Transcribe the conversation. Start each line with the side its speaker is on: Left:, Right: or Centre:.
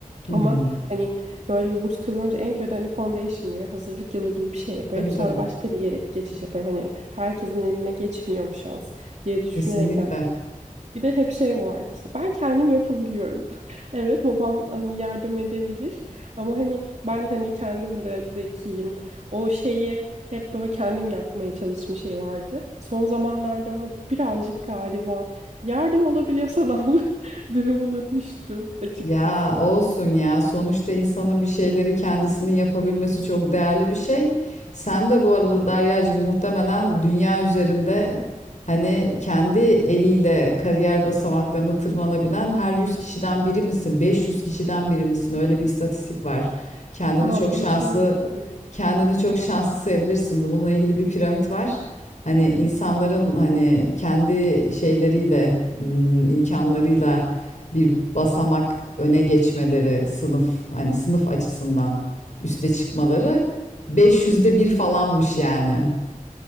Left: Hı
Right: Ama
Left: hı.
Right: hani böyle bir burs kazanınca en kötü hani foundation year, hazırlık yılı gibi bir şey yaparım.
Left: Tabii
Right: Sonra
Left: tabii.
Right: başka bir yere geçiş yaparım. Hani herkesin eline geçmiyor bu şans diye düşünerekten
Left: Kesinlikle.
Right: bir de hep şey vardı işte ben kendim yapabiliyorum. <laughs> Evet babam hani yardım edebilir ama hani ben hani kendim de zekiyim. O şeyi hep böyle kendim yapmaya çalışma şey vardı. Son zamanlarda ama birazcık galiba yardım olabiliyorsan abla <laughs> durumuna düştüm açıkçası.
Left: Ya olsun ya. Sonuçta insanın bir şeyleri kendisinin yapabilmesi çok değerli bir şey. Sen de bu arada Deryacığım muhtemelen dünya üzerinde hani kendi eliyle kariyer basamaklarını tırmanabilen her 100 kişiden biri misin? 500 kişiden biri misin? Öyle bir istatistik var. Kendini
Right: Aa
Left: çok
Right: bunu
Left: şanslı
Right: hiç bilmiyorum.
Left: kendini çok şanslı sayabilirsin. Bununla ilgili bir piramit var. Hani insanların hani kendi şeyleriyle, hmm, imkanlarıyla bir basamak öne geçmeleri, sınıf hani sınıf açısından üste çıkmaları beş yüzde bir falanmış yani.